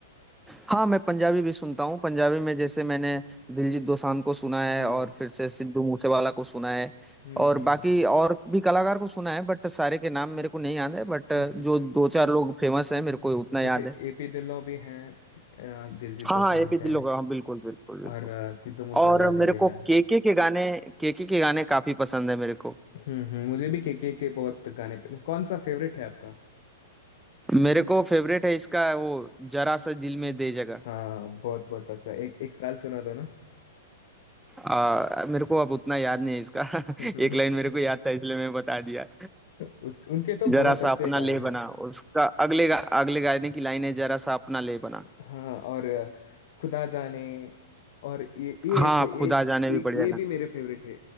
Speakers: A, in the centre; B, on the left.
A: हाँ मैं पंजाबी भी सुनता हूँ पंजाबी में जैसे मैंने दिलजीत दोसांझ को सुना है
B: हाँ
A: और फिर से सिद्धू मूसेवाला को सुना है
B: हम्म
A: और
B: हम्म
A: बाकी
B: हम्म
A: और भी कलाकार को सुना है बट सारे के नाम मेरे को नहीं याद है बट
B: हम्म हम्म।
A: जो दो चार लोग फेमस हैं मेरे को उतना
B: जैसे
A: याद है
B: एपी ढिल्लों भी हैं अ, दिलजीत
A: हाँ
B: दोसांझ
A: हाँ एपी
B: हैं
A: ढिल्लो का हाँ बिल्कुल बिल्कुल बिल्कुल
B: और अ, सिद्धू मूसेवाला
A: और मेरे
B: जी भी
A: को
B: हैं
A: केके के गाने केके के गाने काफी पसंद है मेरे को
B: हम्म हम्म मुझे भी के के के बहुत गाने कौन सा फेवरेट है आपका
A: मेरे को फेवरेट है इसका वो जरा सा दिल में दे जगह
B: हाँ बहुत बहुत अच्छा एक एक साल सुना दो ना
A: आ, मेरे को अब उतना याद नहीं है इसका <laughs>
B: <laughs>
A: एक लाइन मेरे को याद था इसलिए मैं बता दिया
B: उस उनके तो
A: जरा
B: बहुत
A: सा
B: अच्छे
A: अपना
B: गाने
A: ले
B: हैं
A: बना उसका अगले गा, अगले गाने की लाइन है जरा सा अपना ले बना
B: हाँ और अ, खुदा जाने और ये ये
A: हाँ
B: एक एक
A: खुदा जाने
B: एक
A: भी बढ़िया
B: ये
A: गाना
B: भी मेरे फेवरेट है